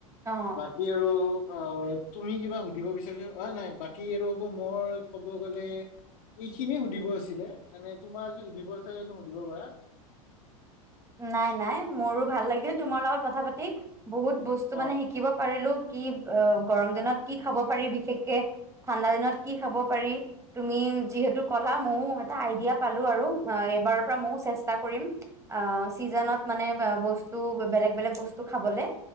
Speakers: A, on the right; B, on the left.
A: অ
B: বাকী আৰু অ', তুমি কিবা সুধিব বিচাৰিছা অ', নাই বাকী আৰু মোৰ ক'ব গ'লে এই খিনি হয় নাই বাকী ৰব মই ক'ব গ'লে এইখিনি সুধিব আছিলে মানে তোমাৰ যে সুধিব আছে সুধিব পাৰা।
A: নাই, নাই মোৰো ভাল লাগিল তোমাৰ লগত কথা পাতি। বহুত বস্তু
B: অ
A: মানে শিকিব পৰিলোঁ। কি অ গৰম দিনত কি খাব পাৰি বিশেষকে, ঠাণ্ডা দিনত কি খাব পাৰি, তুমি যিহেতু কলা মও এটা আইডিয়া পালো আৰু এবাৰৰ পৰা মও চেষ্টা কৰিম অ', চিজনত মানে আ বস্তু বেলেগ বেলেগ বস্তু খাবলে।